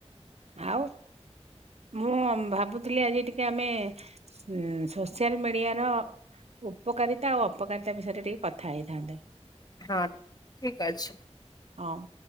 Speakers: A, on the right (about 70°); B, on the left (about 35°).
A: ଆଉ ମୁଁ ଭାବୁଥିଲି ଆଜି ଟିକେ ଆମେ ଉଁ ସୋସିଆଲ ମିଡିଆର ଉପକାରିତା ଆଉ ଅପକାରିତା ବିଷୟରେ ଟିକେ କଥା ହେଇଥାନ୍ତେ।
B: ହଁ ଠିକ ଅଛି।
A: ହଁ